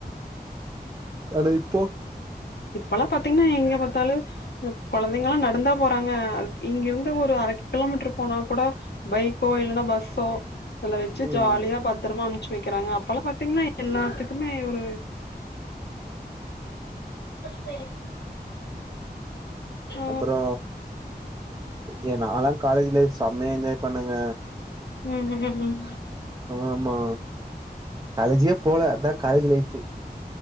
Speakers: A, on the right; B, on the left.
A: ஆனா இப்போ
B: இப்பெல்லா பாத்தீங்கன்னா எங்க பாத்தாலு கொழந்தைகளா நடந்தா போறாங்க இங்கிருந்து ஒரு அர கிலோமீட்டர் போனா கூட பைக்கோ இல்லனா பஸ்ஸோ அதல வெச்சு
A: ம்
B: ஜாலியா பத்திரமா அமுச்சு வைக்கிறாங்க அப்பெல்லா பாத்தீங்கன்னா எல்லாத்துக்குமே ஒரு <unintelligible> ஆ
A: அப்றோ ஏ நால்லா காலேஜ் லைஃப் செமையா என்ஜாய் பண்ணங்க
B: ம் ம்ஹீ ம்
A: ஆமா காலேஜிக்கே போல அதா காலேஜ் லைஃப்பு